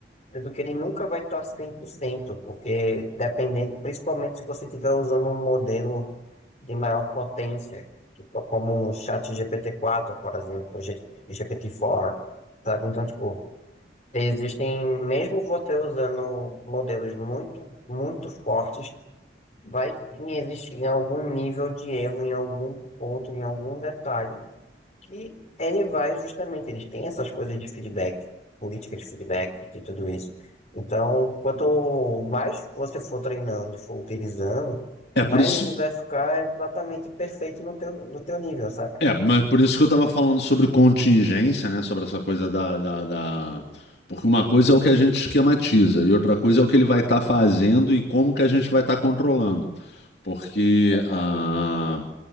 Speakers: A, on the left (about 40°); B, on the left (about 65°).
A: Sendo que ele nunca vai estar 100%, porque dependendo, principalmente se você estiver usando um modelo de maior potência, tipo como o chat GPT-4, por exemplo, GPT-4, sabe? Então, tipo, existem, mesmo você usando modelos muito, muito fortes, vai sim existir algum nível de erro em algum ponto, em algum detalhe, e ele vai justamente, eles têm essas coisas de feedback, política de feedback e tudo isso. Então, quanto mais você for treinando e for utilizando,
B: É
A: mais
B: por isso,
A: ele vai ficar exatamente perfeito no teu, no teu nível, sabe?
B: É, mas por isso que eu estava falando sobre contingência, né? Sobre essa coisa da, da, da- Porque uma coisa é o que a gente esquematiza e outra coisa é o que ele vai estar fazendo e como que a gente vai estar controlando. Porque
A: Exato.
B: ah,